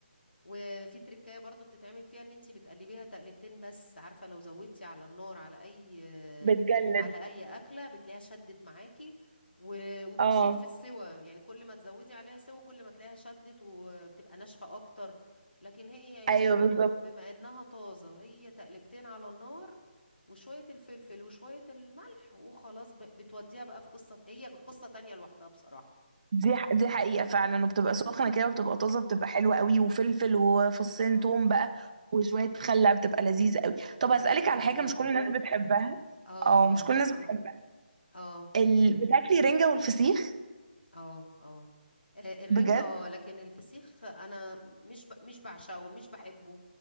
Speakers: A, on the left; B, on the right.
A: وفي تركاية برضو بتتعمل فيها ان انتي بتقلبيها تقلبتين بس عارفة لو زودتي على النار على اي
B: بتجلد
A: على اي اكلة بتلاقيها شدت معاكي و- وبتزيد
B: اه
A: في السوى يعني كل ما تزودي عليها سوى كل ما تلاقيها شدت وبتبقى ناشفة اكتر لكن هي يا
B: ايوه
A: دوبك
B: بالظبط
A: بما انها طازة هي تقلبتين على النار وشوية الفلفل وشوية الملح وخلاص ب- بتوديها بقى في قصة هي قصة تانية لوحدها بصراحة
B: دي ح- دي حقيقه فعلا وبتبقى سخنه كده وبتبقى طازه بتبقى حلوه قوي وفلفل وفصين
A: اه
B: توم بقى وشويه خل بتبقى لذيذه قوي
A: وزائد
B: طب اسالك
A: فايدتها
B: على حاجه مش كل الناس بتحبها
A: اه
B: اه
A: اه
B: مش كل الناس بتحبها
A: اه اه
B: ال... بتاكلي رنجه والفسيخ
A: اه اه آه، الرنجة
B: بجد
A: اه لكن الفسيخ انا مش ب... مش بعشقه مش بحبه